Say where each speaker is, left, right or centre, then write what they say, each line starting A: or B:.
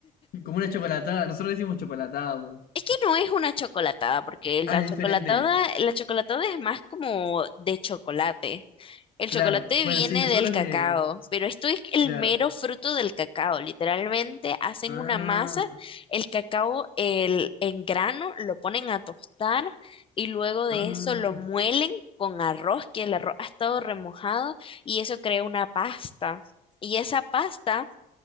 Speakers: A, on the left; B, on the left.
A: como una chocolatada. Nosotros le decimos chocolatada, po.
B: Es que no es una chocolatada, porque la
A: Ah, es
B: chocolatada,
A: diferente.
B: la chocolatada es más como de chocolate. El
A: Claro.
B: chocolate
A: Bueno,
B: viene
A: sí, nosotros
B: del cacao,
A: le,
B: pero esto es el
A: claro.
B: mero fruto del cacao. Literalmente hacen
A: Ah,
B: una masa, el cacao el, en grano lo ponen a tostar y luego de
A: ah,
B: eso lo muelen con arroz, que el arroz ha estado remojado y eso crea una pasta. Y esa pasta